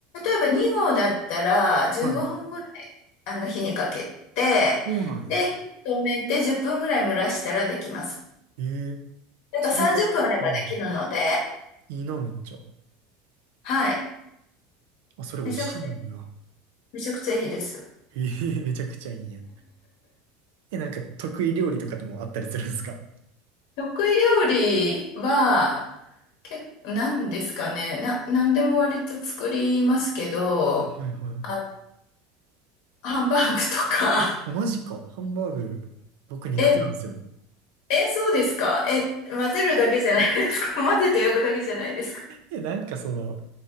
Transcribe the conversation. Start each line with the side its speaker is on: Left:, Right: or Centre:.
Left: えば2合だったら15分ぐらいあの火にかけて、
Right: はい。そうなんや。
Left: で、火を止めて10分ぐらい蒸らしたらできます。
Right: ええ
Left: だから30分あればできるので、
Right: それが、うん、いいな、めっちゃ。
Left: はい。
Right: あ、それ美味しいんや。
Left: めちゃくちゃ、めちゃくちゃいいです。
Right: ええ <laughs> めちゃくちゃいいんや。え、なんか得意料理とかともあったりするんですか
Left: 得意料理は、結構、なんですかね。な、なんでも割と作りますけど、
Right: はいはい。
Left: あ、ハンバーグとか。
Right: <laughs> おマジか。ハンバーグ、僕苦手なんですよね。
Left: え、え、そうですかえ、混ぜるだけじゃないですか <laughs> 混ぜて焼くだけじゃないですか
Right: え、なんかその、